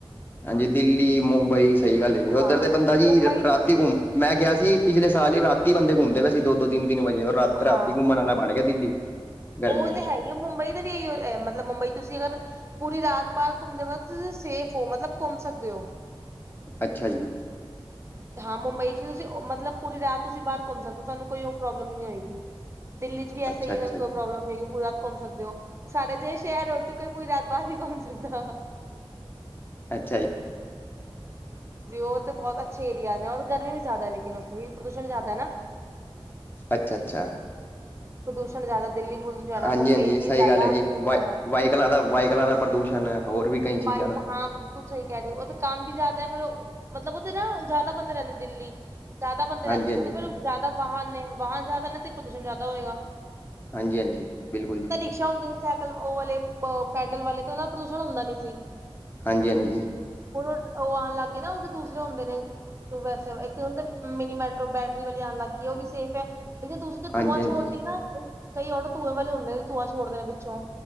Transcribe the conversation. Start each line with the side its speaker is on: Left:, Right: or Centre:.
Left: ਹਾਂਜੀ ਦਿੱਲੀ ਮੁੰਬਈ ਸਹੀ ਗੱਲ ਹੈ ਜੀ
Right: ਹਾਂ
Left: ਉੱਧਰ ਤੇ ਬੰਦਾ ਜੀ
Right: ਮੁੰਬਈ
Left: ਰਾਤੀ
Right: ਚ ਵੀ
Left: ਘੁੰਮ ਮੈਂ ਗਿਆ ਸੀ ਪਿਛਲੇ ਸਾਲ ਹੀ ਰਾਤੀ ਬੰਦੇ ਘੁੰਮਦੇ ਪਏ ਸੀ ਦੋ ਦੋ ਤਿੰਨ ਦਿਨ ਵਜੇ ਔਰ ਰਾਤੀ
Right: ਹਾਂ
Left: ਘੁੰਮਣ
Right: ਮੁ
Left: ਵਾਲਾ ਬਣ ਗਿਆ ਦਿੱਲੀ ਗਰਮੀਆਂ
Right: ਉਹ ਤਾਂ
Left: ਚ
Right: ਹੈ ਹੀ ਉਹ ਮੁੰਬਈ ਦਾ ਵੀ ਇਹੀਓ ਮਤਲਬ ਮੁੰਬਈ ਤੁਸੀਂ ਅਗਰ ਪੂਰੀ ਰਾਤ ਬਾਹਰ ਘੁੰਮਦੇ ਵਕ਼ਤ ਤੁਸੀਂ ਸੇਫ ਹੋ ਮਤਲਬ ਘੁੰਮ ਸਕਦੇ ਹੋ
Left: ਅੱਛਾ ਜੀ
Right: ਹਾਂ ਮੁੰਬਈ ਚ ਤੁਸੀਂ ਮਤਲਬ ਪੂਰੀ ਰਾਤ ਤੁਸੀਂ ਬਾਹਰ ਘੁੰਮ ਸਕਦੇ ਹੋ ਤੁਹਾਨੂੰ ਕੋਈ ਉਹ ਪ੍ਰੋਬਲਮ ਨਹੀਂ ਹੋਏਗੀ ਦਿੱਲੀ ਚ ਵੀ ਐਸਾ
Left: ਅੱਛਾ-ਅੱਛਾ
Right: ਹੀ ਕੋਈ
Left: ਜੀ,
Right: ਪ੍ਰੋਬਲਮ ਨਹੀਂ ਹੈਗੀ ਪੂਰੀ ਰਾਤ ਘੁੰਮ ਸਕਦੇ ਹੋ ਸਡਾ ਜੇਹੇ ਸ਼ਹਿਰ ਹੋ ਤੇ ਕੋਈ ਪੂਰੀ ਰਾਤ ਬਾਹਰ ਨੀ ਘੁੰਮ ਸਕਦਾ
Left: ਅੱਛਾ ਜ
Right: ਜੀ ਉਹਥੇ ਬਹੁਤ ਅੱਛੇ ਏਰੀਆਜ਼ ਨੇ ਔਰ ਗਰਮੀ ਵੀ ਜ਼ਿਆਦਾ ਲੇਕਿਨ ਉੱਥੇ ਵੀ ਪ੍ਰਦੂਸ਼ਣ ਜ਼ਿਆਦਾ ਹੈ ਨਾ
Left: ਅੱਛਾ ਅੱਛਾ
Right: ਪ੍ਰਦੂਸ਼ਣ ਜ਼ਿਆਦਾ ਦਿੱਲੀ ਪ੍ਰਦੂਸ਼ਣ ਜ਼ਿਆਦਾ
Left: ਹਾਂਜੀ
Right: ਮੁੰਬਈ
Left: ਹਾਂਜੀ
Right: ਚ
Left: ਸਹੀ
Right: ਵੀ ਜ਼ਿਆਦਾ
Left: ਗੱਲ ਹੈ ਜੀ
Right: ਪ੍ਰਦੂਸ਼ਣ
Left: ਵਾਈ
Right: ਹੈ।
Left: ਵਾਈਕਲਾਂ ਦਾ ਵਾਈਕਲਾਂ ਦਾ ਪ੍ਰਦੂਸ਼ਣ ਹੋਰ ਵੀ ਕਈ ਚੀਜ਼ਾਂ
Right: ਬਾਈਕ
Left: ਦਾ
Right: ਹਾਂ ਬਿਲਕੁਲ ਸਹੀ ਕਹਿ ਰਹੇ ਹੋ ਉਥੇ ਕੰਮ ਵੀ ਜ਼ਿਆਦਾ ਫੇਰ ਮਤਲਬ ਉਥੇ ਨਾ ਜ਼ਿਆਦਾ ਬੰਦੇ ਰਹਿੰਦੇ ਨੇ ਦਿੱਲੀ ਜ਼ਿਆਦਾ ਬੰਦੇ ਰਹਿੰਦੇ
Left: ਹਾਂਜੀ-ਹਾਂਜੀ,
Right: ਨੇ ਤੇ ਫਿਰ ਉਹ ਜ਼ਿਆਦਾ ਵਾਹਨ ਨੇ ਵਾਹਨ ਜ਼ਿਆਦਾ ਨੇ ਤੇ ਪ੍ਰਦੂਸ਼ਣ ਜ਼ਿਆਦਾ ਹੋਏਗਾ
Left: ਹਾਂਜੀ ਹਾਂਜੀ ਬਿਲਕੁਲ ਜੀ
Right: ਰਸ਼ਾ ਹੁੰਦੇ ਸੀ ਸਾਈਕਲ ਉਹ ਵਾਲੇ ਅ ਪੈਂਡਲ ਵਾਲੇ ਤੇ ਉਹਦਾ ਪ੍ਰਦੂਸ਼ਣ ਹੁੰਦਾ ਨੀ ਸੀ
Left: ਹਾਂਜੀ ਹਾਂਜੀ
Right: ਉਦੋਂ ਉਹ ਆਣ ਲੱਗ ਗਏ ਨਾ ਉਹ ਦੂਸਰੇ ਹੁੰਦੇ ਨੇ ਤੂੰ ਵੈਸੇ ਇੱਕ ਹੁਣ ਮਿਨੀ ਮੈਟਰੋ ਬੈਟਰੀ ਵਾਲੀ ਆਣ ਲੱਗ ਗਈ ਉਹ ਵੀ ਸੇਫ ਹੈ ਲੇਕਿਨ ਦੂ ਧੂੰਆਂ
Left: ਹਾਂਜੀ-ਹਾਂਜੀ,
Right: ਛੋੜਦੀ ਏ ਨਾ ਕਈ ਔਟੋ ਧੂੰਏ ਵਾਲੇ ਹੁੰਦੇ ਨੇ ਧੂੰਆ ਛੋੜਦੇ ਨੇ ਪਿੱਛੋਂ।